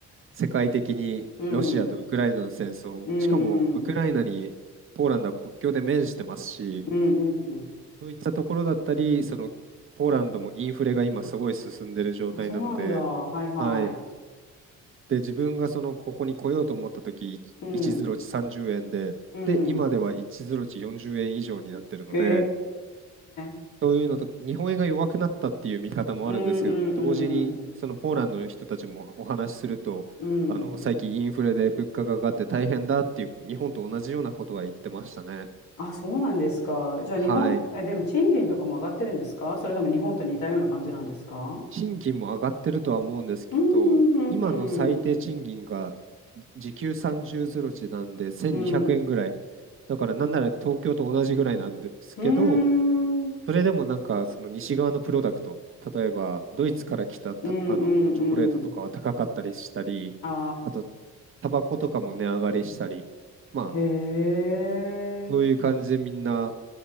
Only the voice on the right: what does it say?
世界的にロシアとウクライナの戦争、
しかもウクライナにポーランドは国境で面してますし、
そういったところだったり、そのポーランドもインフレが今すごい進んでる状態なので、
はい。で、自分がその、ここに来ようと思った時、1一ゼロ値30円で、
で、今では1ゼロ値40円以上になってるので、
そういうのと、日本円が弱くなったっていう見方もあるんですけど、
同時に、
そのポーランドの人たちもお話しすると、
あの、最近インフレで物価が上がって大変だっていう、日本と同じようなことは言ってましたね。
はい。
賃金も上がってるとは思うんですけど、
今の最低賃金が
時給30ゼロ値なんで1200円ぐらい。
だからなんなら東京と同じぐらいなんですけど、
それでもなんかその西側のプロダクト、例えばドイツから来た、たあのチョコレートとかは高かったりしたり、
あとタバコとかも値上がりしたり、まあ
そういう感じでみんな